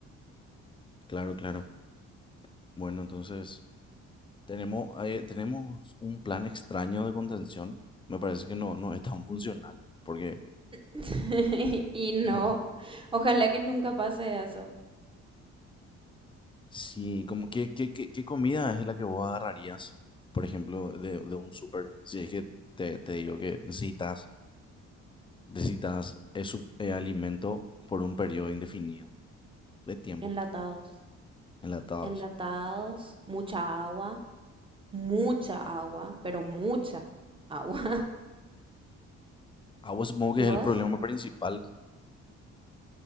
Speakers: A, on the left; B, on the right.
A: Claro, claro. Bueno, entonces tenemos, eh, tenemos un plan extraño de contención. Me parece que no, no es tan funcional porque
B: <laughs> Y
A: <laughs>
B: no,
A: no.
B: ojalá que nunca pase eso.
A: Sí, como qué, qué, qué, qué comida es la que vos agarrarías, por ejemplo, de, de un súper. Si es que te, te digo que necesitas, necesitas ese alimento por un periodo indefinido de tiempo,
B: Enlatados,
A: enlatados.
B: enlatados, mucha agua, mucha agua, pero mucha agua.
A: Agua supongo
B: <laughs>
A: que
B: ¿Y
A: es
B: vos?
A: el problema principal